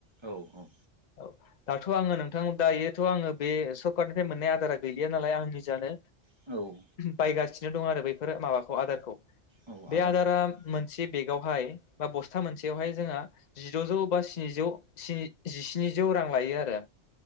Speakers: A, on the right; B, on the left.
A: औ औ
B: औ दाथ' आङो नोंथां दायोथ' आंङो बे सरखारनिफ्राय मोनाय आदारा गैलिया नालाय आं निजानो
A: औ
B: बायगासिनो दं आरो बैफोरो माबा ख आदारखौ
A: औ
B: बे
A: आदारफोरखौ
B: आदारा मोनसे बेग यावहाय बा बस्था मोनसेयावहाय जोंङा जिद'जौ बा सेजौ से जिस्निजौ रां लायो आरो